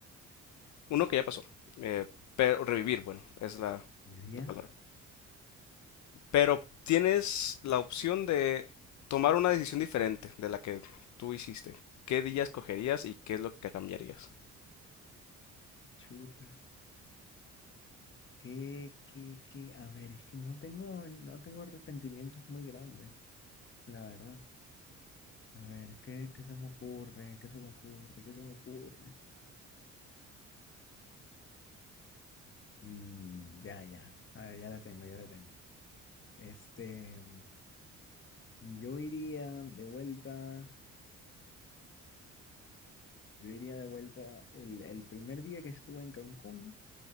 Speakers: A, on the left; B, on the left.
A: Uno que ya pasó. eh, pero revivir, bueno, es la,
B: Ya, ya.
A: la palabra. Pero tienes la opción de tomar una decisión diferente de la que tú hiciste. ¿Qué día escogerías y qué es lo que cambiarías?
B: Chuta. ¿Qué, qué, qué? A ver, es que no tengo, no tengo arrepentimientos muy grandes, la verdad. A ver, ¿qué, qué se me ocurre? ¿Qué se me ocurre? ¿Qué se me ocurre? Mm, ya, ya, A ver, ya la tengo, ya la tengo. Este, yo iría de vuelta, yo iría de vuelta el, el primer día que estuve en Cancún,